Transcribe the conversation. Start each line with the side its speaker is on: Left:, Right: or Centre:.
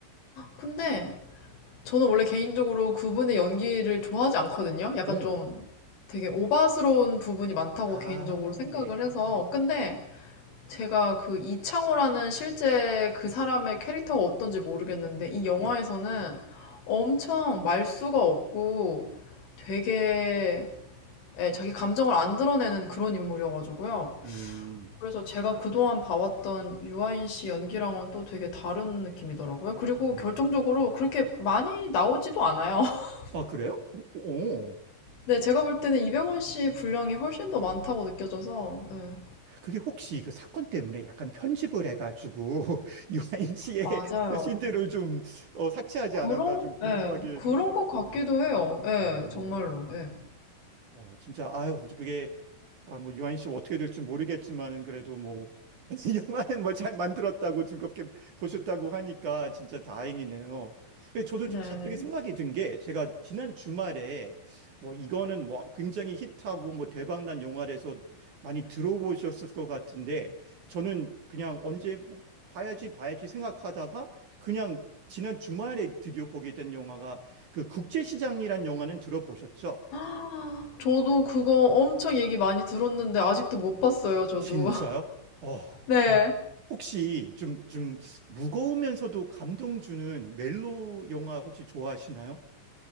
Left: 근데 저는 원래 개인적으로 그분의 연기를 좋아하지 않거든요. 약간
Right: 오.
Left: 좀 되게 오바스러운 부분이 많다고
Right: 아,
Left: 개인적으로 생각을
Right: 네.
Left: 해서. 근데 제가 그 이창호라는 실제 그 사람의 캐릭터가 어떤지 모르겠는데 이 영화에서는
Right: 네.
Left: 엄청 말수가 없고 되게 예, 자기 감정을 안 드러내는 그런 인물이어가지고요.
Right: 음.
Left: 그래서 제가 그동안 봐왔던 유아인 씨 연기랑은 또 되게 다른 느낌이더라고요. 그리고
Right: 오.
Left: 결정적으로 그렇게 많이 나오지도 않아요. <laughs>
Right: 아, 그래요? 오.
Left: 네, 제가 볼 때는 이병헌 씨 분량이 훨씬 더 많다고 느껴져서, 예,
Right: 그게 혹시 그 사건 때문에 약간 편집을 해가지고 <laughs> 유아인 씨의
Left: 맞아요.
Right: 씬들을 좀 어, 삭제하지
Left: 그런,
Right: 않았나 좀 궁금하게
Left: 예, 그런
Right: 되-
Left: 것 같기도
Right: 만드네요.
Left: 해요. 예,
Right: 오.
Left: 정말로, 예.
Right: 어, 진짜, 아유, 그게, 아, 뭐, 유아인 씨 어떻게 될지 모르겠지만은, 그래도 뭐, <laughs> 영화는 뭐 잘 만들었다고 즐겁게 보셨다고 하니까 진짜 다행이네요. 근데 저도
Left: 네.
Right: 갑자기 생각이
Left: <gasps>
Right: 든 게, 제가 지난 주말에, 뭐, 이거는 뭐, 굉장히 히트하고, 뭐, 대박난 영화라서 많이 들어보셨을 것 같은데, 저는 그냥 언제, 뭐, 봐야지, 봐야지 생각하다가, 그냥 지난 주말에 드디어 보게 된 영화가, 그 국제시장이란 영화는 들어보셨죠?
Left: 아, 저도 그거 엄청 얘기 많이 들었는데 아직도 못 봤어요, 저도.
Right: 진짜요?
Left: <laughs>
Right: 어,
Left: 네.
Right: 혹시 좀, 좀 무거우면서도 감동 주는 멜로 영화 혹시 좋아하시나요?